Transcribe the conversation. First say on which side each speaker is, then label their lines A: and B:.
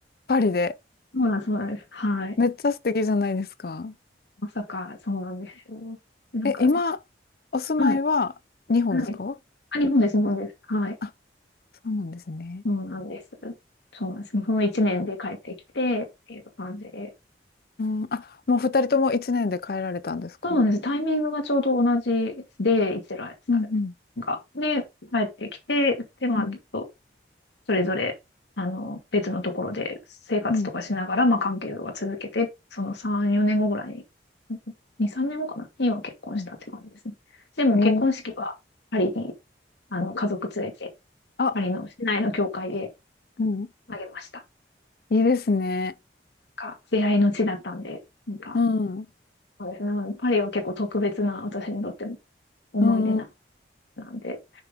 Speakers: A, on the left; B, on the left.
A: パリで。
B: そうなん、そうなんです。はい。
A: めっちゃ素敵じゃないですか。
B: まさか、そうなんですよ。なんかね、
A: え、今、お住まいは日本ですか
B: はい、はい。あ、日本です、日本です。はい。
A: あ、そうなんですね。
B: そうなんです。そうなんです。その一年で帰ってきて、っていう感じで。
A: うん、あ、もう二人とも一年で帰られたんですか
B: そうなんです。タイミングがちょうど同じで、イスラエルさ
A: うんうん
B: んが。で、帰ってきて、で、まあ、
A: うん
B: ちょっとそれぞれ、あの、別のところで生活とかしながら、
A: うん。
B: まあ、関係は続けて、その3、4年後ぐらいに、2、3年後かなには結婚したって感じですね。
A: うん
B: でも結婚式はパリに、
A: えー
B: あの、家族連れて、
A: あ、
B: パリの市内の教会で
A: うん。
B: あげました。
A: いいですね。
B: なんか、出会いの地だったんで、なんか、
A: うん。う
B: そうですね。なのでパリは結構特別な、私にとっての思い出な、
A: ん。うん
B: なんで、